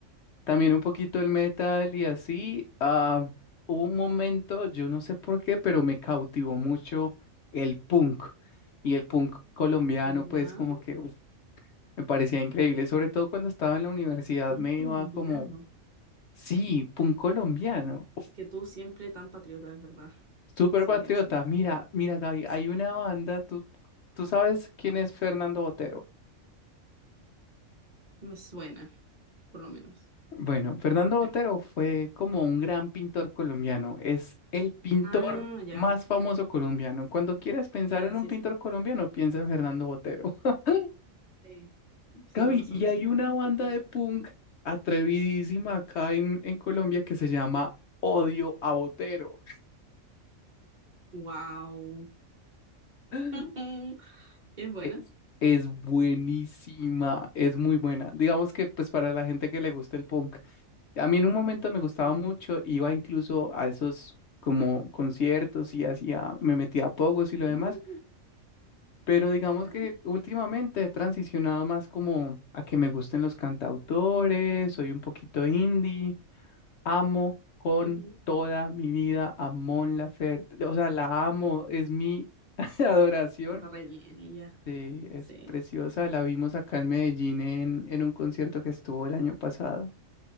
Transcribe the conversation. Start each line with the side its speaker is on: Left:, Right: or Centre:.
Left: También un poquito el metal y así. ah, hubo un momento, yo no sé por qué, pero me cautivó mucho el punk. Y el punk colombiano,
Right: Ya,
Left: pues como que uf, me parecía increíble. Sobre todo cuando estaba en la universidad
Right: un
Left: me
Right: colombiano.
Left: iba como, sí, punk colombiano. uf,
Right: Es que tú siempre tan patriota, es verdad.
Left: Súper
Right: Sí,
Left: patriota.
Right: tiene sentido.
Left: Mira, mira, Gaby,
Right: Sí.
Left: hay una banda, tú, tú sabes quién es Fernando Botero.
Right: Me suena, por lo menos,
Left: Bueno, Fernando
Right: creo.
Left: Botero fue como un gran pintor colombiano, es el pintor
Right: Ah, ya,
Left: más famoso colombiano. Cuando quieras pensar
Right: ya,
Left: en
Right: sí,
Left: un pintor
Right: sí.
Left: colombiano, piensa en Fernando Botero. <laughs>
Right: Sí, sí,
Left: Gaby,
Right: con razón
Left: y
Right: me
Left: hay
Right: sonaba.
Left: una banda
Right: Porque...
Left: de punk atrevidísima acá en, en Colombia que se llama Odio a Botero.
Right: Wow.
Left: <laughs>
Right: <laughs> Es buena.
Left: Es, es buenísima, es muy buena. Digamos que pues para la gente que le gusta el punk. A mí en un momento me gustaba
Right: Mm.
Left: mucho, iba incluso a esos como conciertos y hacía, me metía a pogos y
Right: Ah,
Left: lo demás, pero digamos
Right: ya.
Left: que últimamente he transicionado más como a que me gusten los cantautores, soy un poquito indie, amo con
Right: Ujú.
Left: toda mi vida a Mon Laferte, o sea, la amo, es mi <laughs> adoración.
Right: Canta re bien ella,
Left: Sí, es
Right: sí.
Left: preciosa. La vimos acá en Medellín en, en un concierto que estuvo el año pasado.